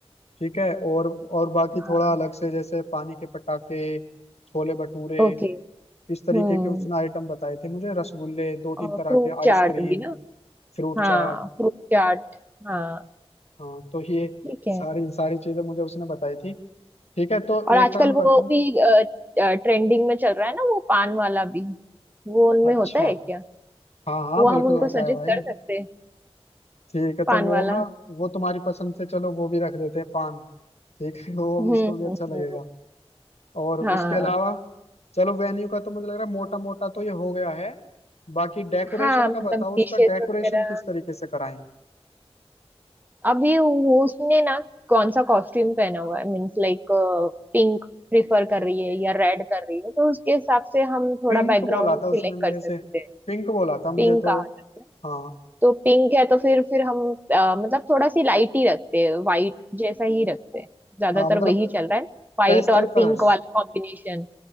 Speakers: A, on the left; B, on the right.
A: ठीक है और और बाकी
B: हाँ
A: थोड़ा अलग से जैसे पानी के पटाखे छोले भटूरे
B: ओके
A: इस तरीके
B: हम्म
A: के उसने आइटम बताए थे मुझे रसगुल्ले दो तीन
B: और
A: तरह
B: फ्रूट
A: के आइसक्रीम
B: चाट भी ना
A: फ्रूट
B: हाँ
A: चाट
B: फ्रूट चाट हाँ
A: हाँ तो ये
B: ठीक है
A: सारी सारी चीजें मुझे उसने बताई थी ठीक है तो
B: और आजकल
A: एक काम
B: वो
A: करता हूँ
B: भी ट्रेंडिंग में चल रहा है ना वो पान वाला भी वो उनमें
A: अच्छा
B: होता है क्या
A: हाँ हाँ
B: वो
A: बिल्कुल
B: हम उनको
A: होता
B: सजेस्ट
A: है भाई
B: कर सकते हैं
A: ठीक है तो
B: पान
A: वो
B: वाला
A: ना वो तुम्हारी पसंद से चलो वो भी रख देते हैं पान ठीक है वो
B: हम्म
A: भी उसको भी
B: हम्म
A: अच्छा लगेगा
B: हम्म,
A: और
B: हाँ
A: उसके अलावा चलो वेन्यू का तो मुझे लग रहा है मोटा मोटा तो ये हो गया है बाकी डेकोरेशन
B: हाँ
A: का
B: मतलब
A: बताओ उसका
B: डिशेस
A: डेकोरेशन
B: वगैरह
A: किस तरीके से कराएं
B: अभी वो उसने ना कौन सा कॉस्ट्यूम पहना हुआ है मीन्स लाइक पिंक प्रिफर कर रही है या रेड कर रही है तो उसके हिसाब से हम थोड़ा
A: पिंक
B: बैकग्राउंड
A: बोला था
B: सिलेक्ट
A: उसने मेरे
B: कर सकते
A: से
B: हैं
A: पिंक बोला था मुझे
B: पिंक
A: तो
B: कहा जाता है
A: हाँ
B: तो पिंक है तो फिर फिर हम अ, मतलब थोड़ा सी लाइट ही रखते हैं वाइट जैसा ही रखते हैं ज्यादातर
A: हाँ मतलब
B: वही चल रहा है वाइट
A: पेस्टल
B: और
A: कलर्स
B: पिंक वाला कॉम्बिनेशन